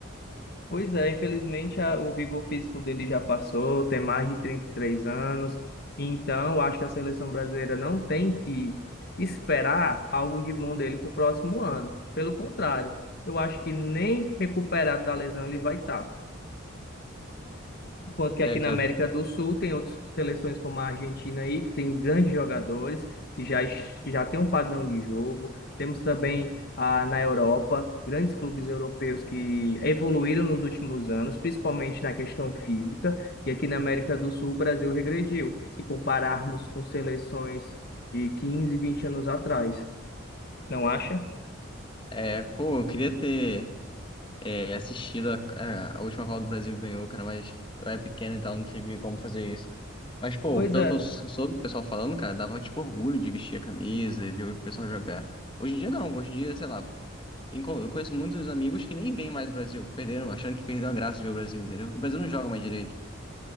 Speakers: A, on the left; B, on the left.
A: Pois é, infelizmente a- o vigor físico dele já passou, tem mais de trinta e três anos, então eu acho que a seleção brasileira não tem que esperar algo de bom dele para o próximo ano. Pelo contrário, eu acho que nem recuperado da lesão ele vai estar. Enquanto que
B: É,
A: aqui
B: cara.
A: na América do Sul tem outras seleções como a Argentina aí, que tem grandes jogadores, que já, es- que já tem um padrão de jogo. Temos também a, na Europa, grandes clubes europeus que evoluíram nos últimos anos, principalmente na questão física. E aqui na América do Sul, o Brasil regrediu, se compararmos com seleções de 15, 20 anos atrás. Não acha?
B: É, pô, eu queria ter. é, assistido a, a- a última Copa do Brasil que ganhou, cara, mas eu era pequeno, então não tive como fazer isso. Mas, pô,
A: Pois
B: pelo
A: é.
B: que eu sou- soube o pessoal falando, cara, dava, tipo, orgulho de vestir a camisa e ver o pessoal jogar. Hoje em dia, não. Hoje em dia, sei lá, enco- eu conheço muitos amigos que nem veem mais o Brasil, perderam, achando que perdeu a graça de ver o Brasil, entendeu? O Brasil não joga mais direito.